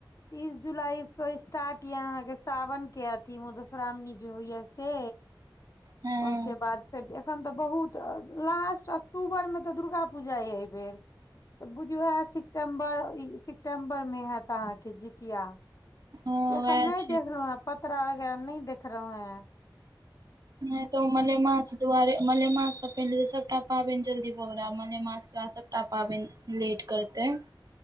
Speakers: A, on the left; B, on the right.
A: तीस जुलाई स स्टार्ट या अहाँ के साावन के अथि मधुश्रावणी जे होइया से
B: हँ
A: ओहिके बाद फेर एखन तऽ बहुत लास्ट अक्टूबर मे तऽ दुर्गा पूजा अइ एहि बेर तऽ बुझू ओहे सेप्टेम्बर ई सेप्टेम्बरमे हैत अहाँके जितिया
B: हँ
A: से अखन
B: वएह
A: नहि
B: छै
A: देख रहे हैं पतरा वगैरह नहि देख रहे हैं
B: नहि तऽ ओ मलेमास दुआरे मलेमास सँ पहिले ओ सबटा पाबनि जल्दी भऽ गेलै आब मलेमास के बाद सबटा पाबनि लेट करतै